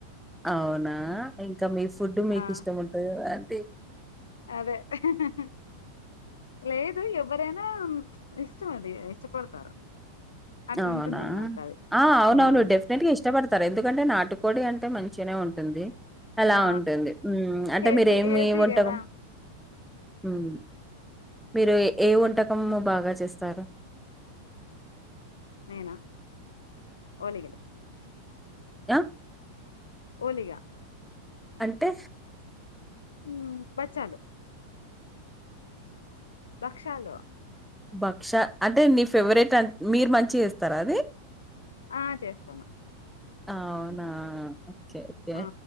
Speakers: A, in the centre; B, on the left (about 65°).
A: అవునా ఇంకా మీ ఫుడ్ మీకు
B: ఆ
A: ఇష్టం ఉంటంది కదా ఆంటీ
B: అదే అహ్హ్ లేదు ఎవరైనా ఇష్ట మది ఇష్టపడతారు. అట్లుంటుంది
A: అవునా
B: అనమాట అది
A: ఆ అవునవును
B: ఉమ్
A: డెఫినెట్ గా ఇష్టపడతారు ఎందుకంటే నాటుకోడి అం టే మంచిగానే ఉంటుంది అలా
B: ఆ
A: ఉంటుంది మ్ అంటే
B: హెల్తీ
A: మీర ఏమి
B: హెల్తీ
A: వంటరు
B: కదా
A: మ్ మీరు ఏ వంటకము బాగా చేస్తారు?
B: నేనా ఓలిగలు
A: యా
B: ఓలిగా
A: అంటే?
B: మ్ బచ్చాలు భక్షాలు
A: బక్ష అంటే నీ ఫేవరెట్ అన్ మీరు మంచి చేస్తారా అది
B: ఆ చేస్తాను
A: అవునా ఓకే ఓకే
B: ఆ